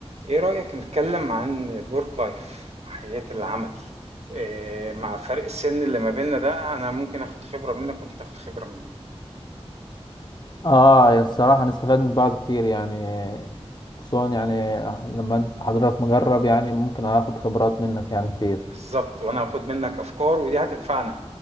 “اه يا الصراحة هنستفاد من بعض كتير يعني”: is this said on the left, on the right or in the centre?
Left